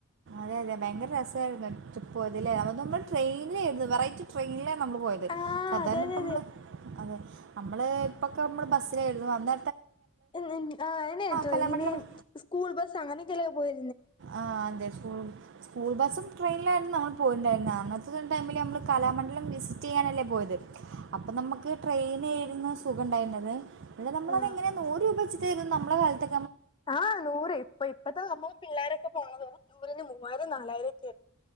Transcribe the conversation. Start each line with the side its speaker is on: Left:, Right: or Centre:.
Right: അതെയതെ ഭയങ്കരെ രസ ട്രിപ്പ് പോയത് ല്ലെ നമ്മള് ട്രെയിനിലേര്ന്നു വെറൈറ്റി ട്രെയിനിലേ നമ്മള് പോയത്
Left: ആഹ്
Right: സധാര്ന്നെ
Left: അതെ അതെ
Right: ഇപ്പ നമ്മള് അതെ അമ്മള് ഇപ്പൊക്കെ അമ്മൾ ബസ്സിലെഴുതും അന്ന
Left: ആഹ് അയ്നെ ട്ടോ
Right: കലാമണ്ഡലം
Left: ഇനി സ്കൂൾ ബസ് അങ്ങനൊക്കെല്ല പോയി
Right: ആഹ് അതെ ഫുൾ സ്കൂൾ ബസ്സും ട്രെയിനിലായിര്ന്നു നമ്മൾ പോയിട്ടുണ്ടായിര്ന്നെ അന്നത്തെ ടൈമിൽ നമ്മൾ കലാമണ്ഡലം വിസിറ്റ് ചെയ്യാനല്ലേ പോയത് അപ്പം നമക്ക് ട്രെയിന് ഇരുന്ന് സുഖം ഇണ്ടായിണ്ടാ <unintelligible> ല പിന്നെ നമ്മളത്
Left: ആഹ്
Right: എങ്ങനെ നൂറു രൂപ വെച്ചി ത്തിരു നമ്മടെ കാലത്തെ
Left: ആഹ് നൂറ് ഇപ്പ ഇപ്പത്തെ അമ്മ പിള്ളോരൊക്കെ പോണത് ടൂറിന് മൂവായിരം നാലായിരം ഒക്കെ